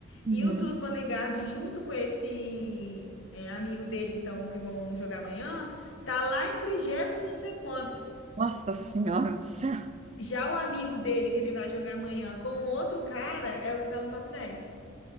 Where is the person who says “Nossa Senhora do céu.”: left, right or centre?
Right